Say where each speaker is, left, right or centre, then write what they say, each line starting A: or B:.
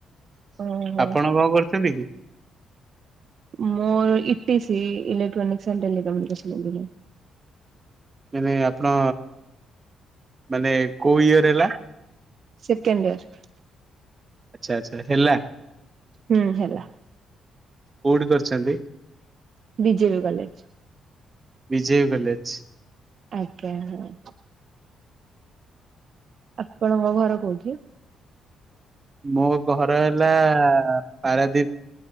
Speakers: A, on the right; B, on the right.
A: ଓହୋ
B: ଆପଣ କଣ କରୁଛନ୍ତି କି?
A: ମୋର ଇଟିସି, ଏଲେକ୍ଟ୍ରାନିକକ୍ଣ୍ଟ ଗମ ଦିନ
B: ମାନେ ଆପଣ ମାନେ କୋଉ ଇୟର ହେଲା?
A: Second year.
B: ଆଚ୍ଛା, ଆଚ୍ଛା, ହେଲା?
A: ହୁଁ, ହେଲା।
B: କୋଉଠି କରିଛନ୍ତି?
A: BJP college.
B: BJP college?
A: ଆଜ୍ଞା, ହଁ। ଆପଣଙ୍କ ଘର କୋଉଠି?
B: ମୋ ଘର ହେଲା ପାରାଦୀପ,